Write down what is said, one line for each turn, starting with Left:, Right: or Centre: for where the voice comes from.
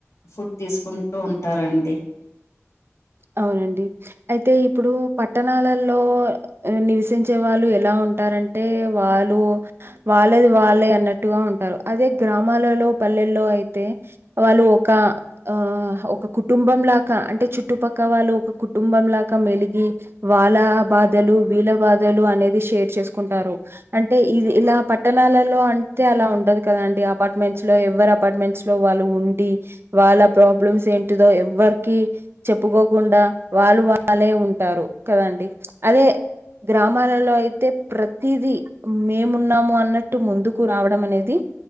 Left: ఫుడ్ తీసుకుంటూ ఉంటారండి
Right: అవునండి అయితే ఇప్పుడు పట్టణాలల్లో నివసించే వాళ్లు ఎలా ఉంట్ ఉంటారంటే వాళ్లు వాళ్లది వాళ్లే అన్నట్టుగా ఉంటారు అదే గ్రామాలలో పల్ పల్లెల్లో అయితే వాళ్లు ఒక ఆ ఒక కుటుంబం లేక అంటే చుట్టుపక్ పక్క వాళ్లు ఒక కుటుంబం లేక మెలిగి వాళ్ల బాధలు వీళ్ల బాధలు అనేది షేర్స్ చే చేకుంటారు అంటే ఇ ఇలా పట్టణాలలో అంటే అలా ఉండదు కదండి అపార్ట్మెంట్స్ లో ఎవర్ అపార్ట్మెంట్స్ లో వాళ్ళు ఉంది వాళ్ళ ప్రాబ్లస్ ఏంటిదో ఎవరికి చె ప్పుకోకుండా వాళ్ళు వాళ్ళే ఉంటారు కదండి అదే గ్రామాలలో అయితే ప్రతిదీ మేమున్నాము అన్నట్టు ముందుకు రావడం అనేది